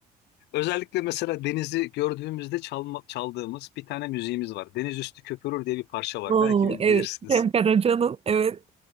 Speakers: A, on the left; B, on the right.
A: özellikle mesela denizi gördüğümüzde çalma, çaldığımız bir tane müziğimiz var. Deniz üstü köpürür diye bir parça var.
B: Oo,
A: Belki bil-
B: evet.
A: bilirsiniz.
B: Cem Karaca'nın evet.